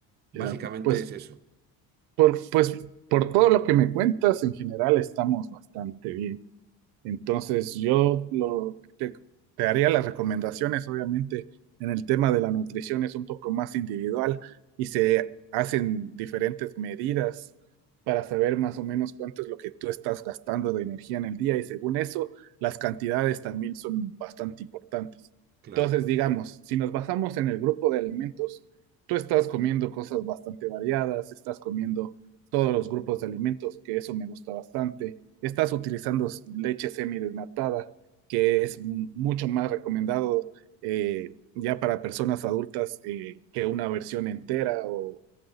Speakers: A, on the right; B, on the right.
A: Básicamente
B: Ya, pues
A: es eso,
B: por, pues por todo lo que me cuentas, en general estamos bastante bien. Entonces, yo lo, que te, te haría las recomendaciones, obviamente, en el tema de la nutrición es un poco más individual y se hacen diferentes medidas para saber más o menos cuánto es lo que tú estás gastando de energía en el día y según eso, las cantidades también son bastante importantes.
A: claro.
B: Entonces, digamos, si nos basamos en el grupo de alimentos, tú estás comiendo cosas bastante variadas, estás comiendo todos los grupos de alimentos, que eso me gusta bastante estás utilizando leche semidesnatada, que es mucho más recomendado eh, ya para personas adultas eh, que una versión entera o,